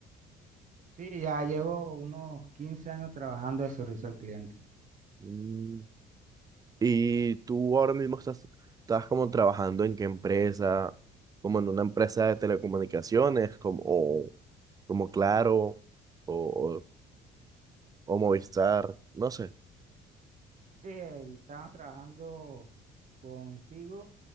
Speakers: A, on the right; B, on the right.
A: Sí, ya llevo unos 15 años trabajando de servicio al cliente.
B: Mm, ¿Y tú ahora mismo estás, estás como trabajando en qué empresa? ¿Como en una empresa de telecomunicaciones? Como, o, como Claro o, o Movistar, no sé.
A: Sí, el- estaba trabajando contigo,